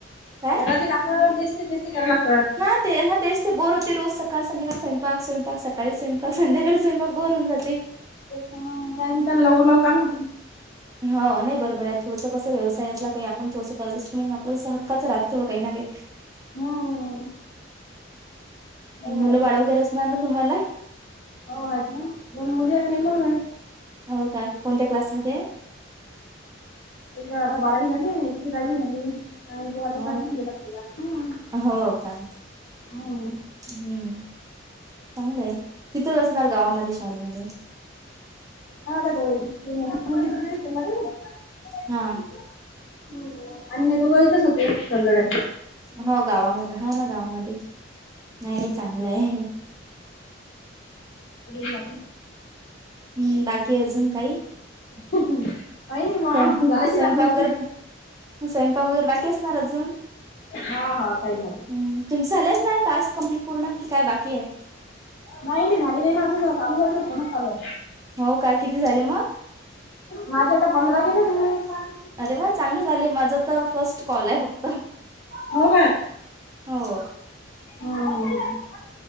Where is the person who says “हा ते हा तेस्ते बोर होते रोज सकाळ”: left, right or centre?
Right